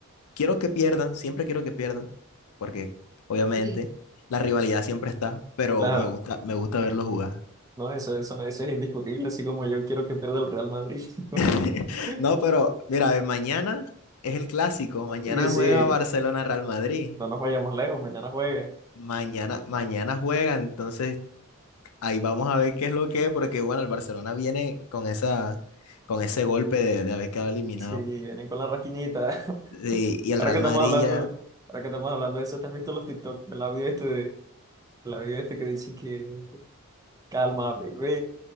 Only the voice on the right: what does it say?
Sí.
claro,
no, eso, eso, eso es indiscutible, así como yo quiero que pierda el Real Madrid.
<laughs>
Y sí,
no,
no nos vayamos lejos, mañana juegue.
si vienen con la rasquiñita. <laughs>
Ahora
que estamos
hablando,
ahora que estamos hablando de eso, ¿te has visto los TikTok? El audio este de, el audio este que dice que calma, bebé.